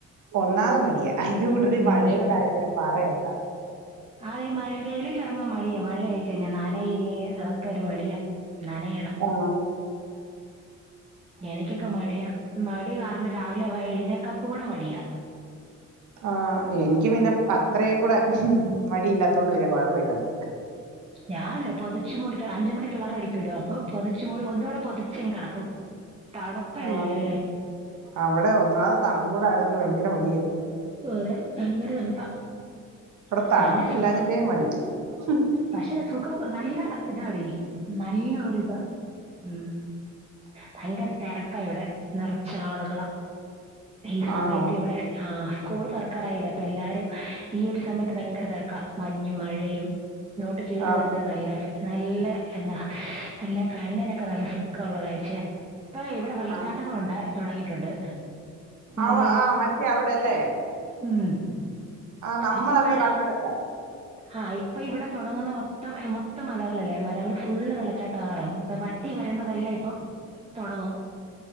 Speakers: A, on the right; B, on the right.
A: ഒന്നാതെ മടിയാ, അതിന്റെ കൂട്ടത്തി
B: ഉം.
A: മഴേം കൂടെ ആയാ പിന്നെ പറയണ്ട
B: അതെ മഴേ <unintelligible> ങ്ങാ മടിയാ മഴ ആയിക്കഴിഞ്ഞ നനയില്ലെ അതൊക്കെ ഒരു മടിയാ നനയണം
A: ആ
B: എനിക്കൊക്കെ മടിയാ മടി കാ ര്ണ രാവിലെ വൈ എഴുന്നേക്കാൻ കൂടെ മടിയാ
A: ആ എനിക്ക് പിന്നെ അത്രേം കൂടെ മടിയില്ലാത്തോണ്ട് പിന്നെ കൊഴപ്പമില്ലത്
B: ഞാൻ പൊതച്ചു മൂടി അഞ്ച് മണിക്കലാറം അടിക്കൂല്ലോ അപ്പൊ പൊതച്ചു മൂടി ഒന്നുകൂടെ പൊതച്ചങ്ങ് കിടക്കും തണുപ്പല്ലേ!
A: ആ അവിടെ ഒന്നാത് തണുപ്പൂടെ ആയതുകൊണ്ട് ഭയങ്കര മടിയ
B: ഓ, അതെ. ഭയങ്കര തണുപ്പാ.
A: ഇവിടെ തണുപ്പില്ലാഞ്ഞിട്ടേ
B: പിന്നെ സു
A: മടി ഹും
B: പക്ഷെ സുഖം നല്ല ഇതാടി നല്ല ഒരു ഇതാ ഉം ഭയങ്കര തിരക്കാ ഇവിടെ നിറച്ച് ആളുകളാ ഈ സമയത്ത്
A: ആണോ
B: ഇവിടെ ആ സ്കൂള് തുറക്കാറായില്ലേ അപ്പൊ എല്ലാരും ഈ ഒരു സമയത്ത് ഭയങ്കര തെരക്കാ മഞ്ഞും മഴയും ഇങ്ങോട്ട് കേറി
A: ആഹ്
B: വരുന്നത് നല്ല നല്ല എന്താ നല്ല കണ്ണിന് ക്കെ നല്ല സുഖള്ള കാഴ്ചയാ ഇപ്പൊ ഇവിടെ വെള്ളച്ചാട്ടങ്ങള്
A: ആഹ്
B: ഉണ്ടെ തുടങ്ങിയിട്ടുണ്ട് മലേന്ന്
A: അവ ആഹ് മറ്റേ അവിടെല്ലേ
B: ഉം
A: ആഹ് നമ്മളന്ന്
B: ഇപ്പ മഴ
A: കണ്ടെടുത്ത
B: ആ ഇപ്പ ഇവിടെ തുടങ്ങുന്ന മൊത്തം എ മൊത്തം മലകളല്ലേ അ മലകൾ ഫുള്ള് വെള്ള ചാട്ടാകാറാകും വറ്റി വരേണ്ടതെല്ല ഇപ്പം തുടങ്ങും